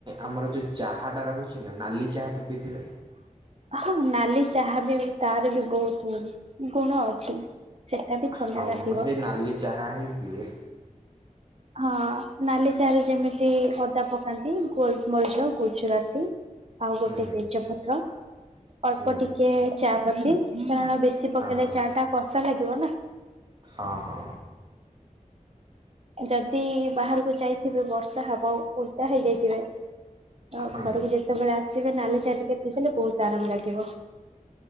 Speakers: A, on the right; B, on the right.
A: ଆମର ଯୋଉ ଚାହା ଟା ରହୁଛି ନା ନାଲି ଚାହା ତ ପିଇଥିବେ?
B: ହଁ ନାଲି ଚାହା ବି ତାର ବି ବହୁତ ଗୁଣ ଅଛି। ସେଟା ବି ଥଣ୍ଡା
A: ହଁ
B: କାଟିବ।
A: ମୁଁ ସେ ନାଲି ଚାହା ହିଁ ପିଏ।
B: ହଁ ନାଲି ଚାରେ ଯେମିତି ଓଦା ପକାନ୍ତି ଗୋଲମରିଚ ଗୁଜୁରା ତି ଆଉ ଗୋଟେ
A: ହୁଁ
B: ତେଜପତ୍ର ଅଳ୍ପ
A: ହୁଁ
B: ଟିକେ ଚାଆପତି କାରଣ ବେଶୀ ପକେଇଲେ
A: ହଁ।
B: ଚା ଟା କଷା ଲାଗିବ ନା।
A: ହଁ ହଁ।
B: ଯଦି ବାହାରକୁ ଯାଇଥିବେ ବର୍ଷା ହବ ଓଦା ହେଇଯାଇଥିବେ। ଆ
A: ହୁଁ
B: ଘରକୁ ଯେତେବେଳେ ଆସ ଯିବେ ନହେଲେ ଚା ଟିକା ପିନ୍ଧଲେ ବହୁତ ଆରାମ ଲାଗିବ।